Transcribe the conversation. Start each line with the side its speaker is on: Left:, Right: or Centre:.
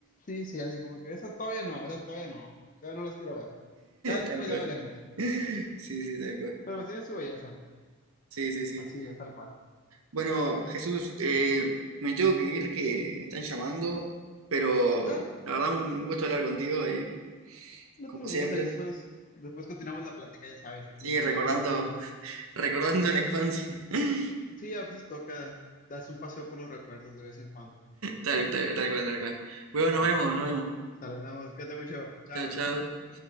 Left: sí, sí, así como que esas todavía no, esas todavía no, todavía no las quiero ver. Ya después
Right: Tal cual.
Left: ya veremos,
Right: Sí, sí, tal cual.
Left: pero tiene su belleza,
Right: Sí, sí, sí.
Left: así es tal cual.
Right: Bueno, Jesús, eh, me tengo que ir que me están llamando, pero
Left: No,
Right: la verdad un, un gusto hablar contigo ahí,
Left: no
Right: como
Left: te preocupes,
Right: siempre.
Left: ahí después, después continuamos la plática, ya sabes, aquí
Right: Sí, recordando,
Left: todo tranquilo.
Right: recordando la infancia. <laughs>
Left: Sí, a veces toca darse un paseo por los recuerdos de vez en cuando.
Right: Tal, tal, tal cual, tal cual. Bueno, nos
Left: Sale,
Right: vemos, nos vemos.
Left: sale, nada más, cuídate mucho, chao.
Right: Chao, chao.